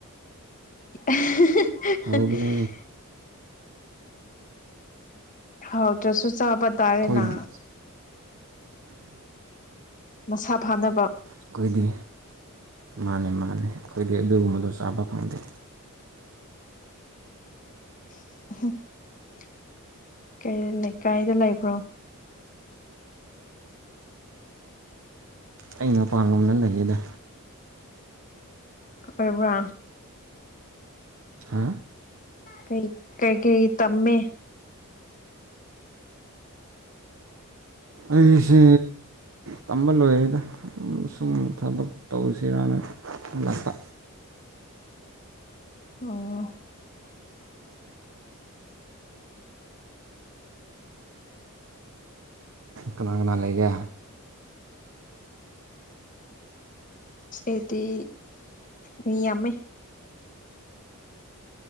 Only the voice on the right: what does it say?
ꯍꯥꯎꯕꯅꯦ
ꯑꯩꯈꯣꯏꯗꯤ
ꯑꯩꯈꯣꯏꯗꯤ ꯃꯥꯂ ꯃꯥꯅꯤ ꯑꯩꯈꯣꯏꯗꯤ ꯑꯗꯨꯒꯨꯝꯕꯗꯣ ꯆꯥꯕ ꯐꯪꯗꯦ
ꯑꯩ ꯃꯄꯥꯟ ꯂꯣꯝꯗ ꯂꯩꯌꯦꯗꯥ
ꯍꯥ
ꯑꯩꯁꯦ ꯇꯝꯕ ꯂꯣꯏꯔꯦꯗ ꯑꯗꯨꯝ ꯁꯨꯝ ꯊꯕꯛ ꯇꯧꯁꯤꯔꯅ ꯍꯂꯛꯄ
ꯀꯅꯥ ꯀꯅꯥ ꯂꯩꯒꯦ